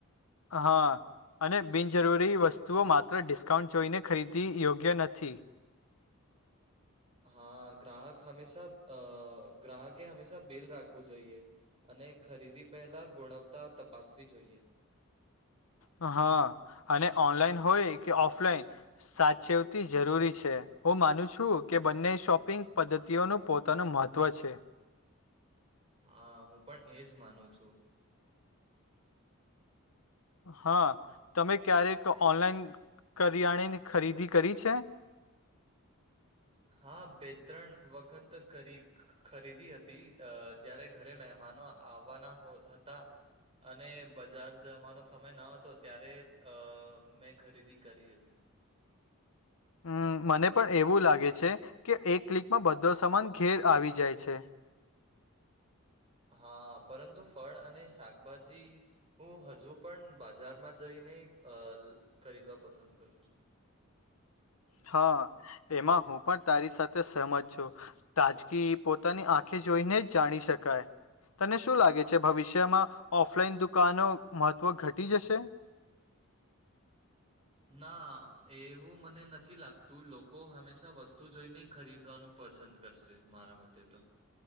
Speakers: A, on the left; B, on the right.
A: હા. અને બિનજરૂરી વસ્તુઓ, માત્ર ડિસ્કાઉન્ટ જોઈને ખરીદવી, યોગ્ય નથી.
B: હા ગ્રાહક હંમેશા, અ ગ્રાહકે હંમેશા બિલ રાખવું જોઈએ. અને ખરીદી પહેલા ગુણવતા તપાસવી જોઈએ.
A: હા, અને ઓનલાઈન હોય કે ઓફલાઈન સાચેવતી જરૂરી છે. હું માનું છું કે બંને શોપિંગ પદ્ધતિઓનો પોતાનું મહત્ત્વ છે.
B: હા, હું પણ એજ માનું છું.
A: હા તમે ક્યારેક ઓનલાઈન કરિયાણેની ખરીદી કરી છે?
B: હા, બે ત્રણ વખત કરી ખરીદી હતી, અ જયારે ઘરે મહેમાનો આ આવવાના હતા અને બજાર જવાનો સમય ન હતો, ત્યારે અ મેં ખરીદી કરી હતી.
A: હમ્મ મને પણ એવું લાગે છે, કે એક ક્લિકમાં બધો સમાન ઘેર આવી જાય છે.
B: હા, પરંતુ ફળ અને શાકભાજી હું હજુ પણ બાજારમાં જઈને, અ ખરીદવા પસંદ કરું છું.
A: હા, એમાં હું પણ તારી સાથે સેહમત છું. તાજગી પોતાની આંખે જોઈને જ જાણી શકાય. તને શું લાગે છે? ભવિષ્યમાં ઓફલાઈન દુકાનો મહત્વ ઘટી જશે?
B: ના, એવું મને નથી લાગતું. લોકો હંમેશા વસ્તુ જોઈને ખરીદવાનો પસંદ કરશે, મારા મતે તો.